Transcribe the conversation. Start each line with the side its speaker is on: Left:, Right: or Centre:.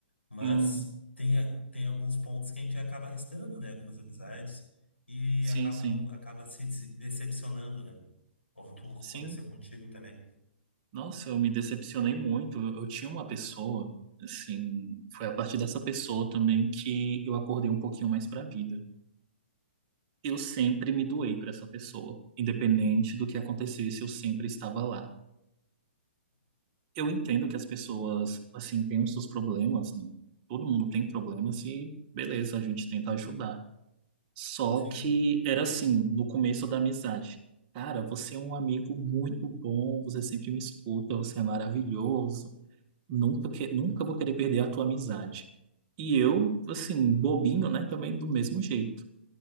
Left: Mas
Right: hum,
Left: tem, a- tem alguns pontos que a gente acaba arriscando, né? Algumas amizades e
Right: sim,
Left: acabam,
Right: sim.
Left: acaba se se decepcionando, né? Como tu aconteceu
Right: Sim,
Left: contigo também.
Right: nossa, eu me decepcionei muito. Eu eu tinha uma pessoa, assim, foi a partir dessa pessoa também que eu acordei um pouquinho mais para a vida. Eu sempre me doei para essa pessoa, independente do que acontecesse, eu sempre estava lá. Eu entendo que as pessoas, assim, têm os seus problemas, né? Todo mundo tem problemas e beleza, a gente tenta ajudar. Só
Left: Sim.
Right: que era assim, no começo da amizade. Cara, você é um amigo muito bom, você sempre me escuta, você é maravilhoso. Nunca, que, nunca vou querer perder a tua amizade. E eu, assim, bobinho, né? Também do mesmo jeito.